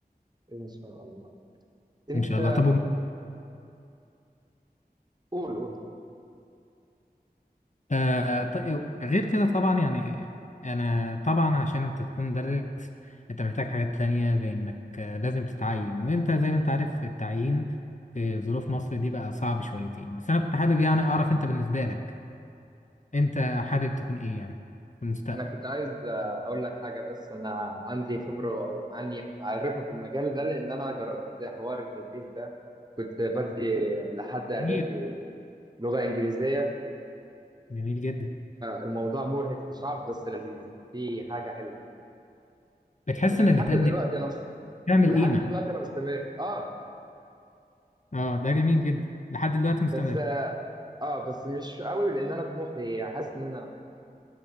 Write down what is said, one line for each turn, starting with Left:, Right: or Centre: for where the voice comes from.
Right: ان شاء الله انت
Left: ان شاء الله طب
Right: قول قول
Left: آه طيب غير كده طبعا يعني انا طبعا عشان انت تكون مدرس انت محتاج حاجات تانية زي انك آه، لازم تتعين وانت زي ما انت عارف التعيين في ظروف مصر دي بقى صعب شويتين بس انا كنت حابب يعني اعرف انت بالنسبة لك انت حابب تكون ايه يعني في المستقبل
Right: انا كنت عايز آه، اقول لك حاجة بس انا عندي خبرة او عني معرفة في المجال ده لان انا جربت حوار التدريس ده كنت بدي لحد اعدادي
Left: جميل
Right: لغة انجليزية
Left: جميل جدا
Right: الموضوع مرهق وصعب بس لذيذ في حاجه حلوه
Left: بتحس
Right: ولحد
Left: انك بتقدم
Right: دلوقتي انا مست...
Left: تعمل
Right: ولحد
Left: قيمة
Right: دلوقتي انا مستمر اه
Left: اه ده جميل جدا لحد دلوقتي مستمر
Right: بس اه آه، بس مش قوي لان انا طموحي حاسس ان انا